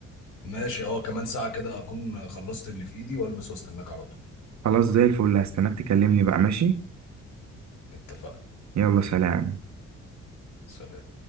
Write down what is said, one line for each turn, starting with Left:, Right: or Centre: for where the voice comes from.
Left: ماشي اه كمان ساعة كده هكون خلصت اللي في ايدي والبس واستناك على طول
Right: خلاص زي الفل هستناك تكلمني بقى ماشي
Left: اتفقنا
Right: يلا سلام
Left: سلام